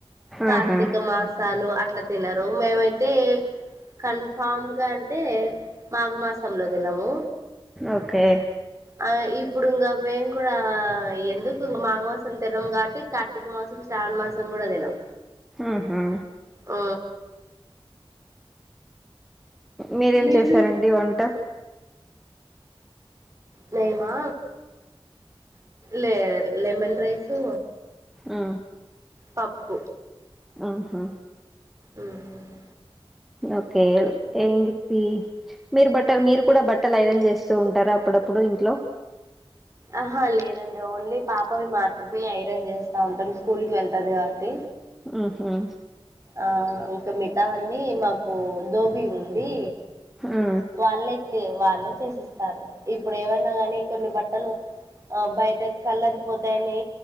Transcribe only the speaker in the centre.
ఆహా
ఓకే
ఆహా
మీరేం
చేశారండి వంట
ఆ
ఆహా
ఓకే ఏం గిఫ్టీ మీరు బట్ట మీరు కూడా బట్ ట్టల్ ఐరన్ చేస్తూ ఉంటారా అప్పుడప్పుడు ఇంట్లో
ఆహా
ఆ